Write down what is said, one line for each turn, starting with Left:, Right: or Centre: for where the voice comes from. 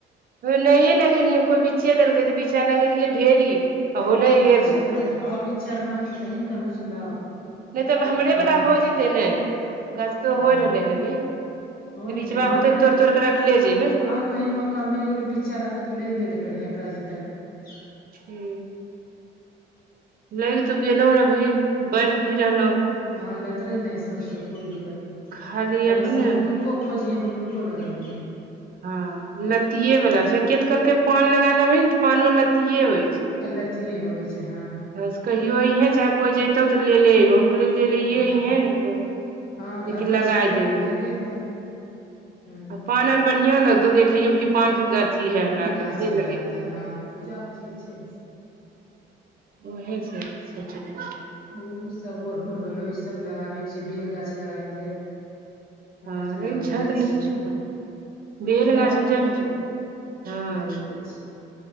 Right: नयै लगेलियै कोइ बिच्चे देलकै तऽ बिच्चा लगेलियै ढेरी। आ होलै
Left: आहो बिच्चा
Right: एगो
Left: लैनि आहो बिच्चा आर माँगि कऽ कहीने केनहुसे लाउ।
Right: नहि तऽ हमरे
Left: ले
Right: वला
Left: ले
Right: हो जेतै ने। गाछ तो
Left: हँ
Right: होय रहलै हन अभी फेर
Left: हो
Right: बिचवा
Left: दही
Right: होते
Left: लेकिन आइ
Right: तोड़ि तोड़ि के रखले जेबै।
Left: आउ कहीं मौका मिल गेलो बिच्चा रहतौ तऽ लै लेल करहीं अपराजीताके।
Right: ठीक। लैग तो गेलहु अभी बढ़ि भी रहलहु ह।
Left: हँ लतरेलै देही सौंसे कोई दिक्कत नहि
Right: खाली
Left: कहीं
Right: अब
Left: से
Right: ने
Left: बुलूक को खोजिहैं बुलुको लगाय लीहैं।
Right: हँ लत्तिए वाला छै के तऽ कहलकै पान लगा लेबही ने तऽ पानो लत्तीए होइ छै।
Left: अ लतिए होबे छै हँ।
Right: ह से कहियो अइहें चाहे कोई जैतौ तऽ ले ले एबो। कहलियै लेलैहे
Left: हँ
Right: अइहें ने कोइ
Left: हँ घर
Right: जेकि लगाय
Left: पर छेबे
Right: देबै।
Left: कर लेले एते ह
Right: आ पान आर बढ़िआं लगतौ देखैयोमे कि पान के गाछ अथी है हमरा
Left: गाछ
Right: कन से
Left: छै
Right: लगे
Left: तऽ हँ पूजा के चीज छै
Right: उएहेसँ सोचलै।
Left: ओ सब अड़हुल होलौ, ई सब लगाबे छै, बेल गाछ लगााय ले। हमे
Right: हँ
Left: तऽ
Right: लेकिन
Left: लगैले
Right: छत नहि
Left: छियै।
Right: ने छौ बनल बेल
Left: गमले
Right: गाछमे जब
Left: में लगले,
Right: हँ
Left: लगैले छी।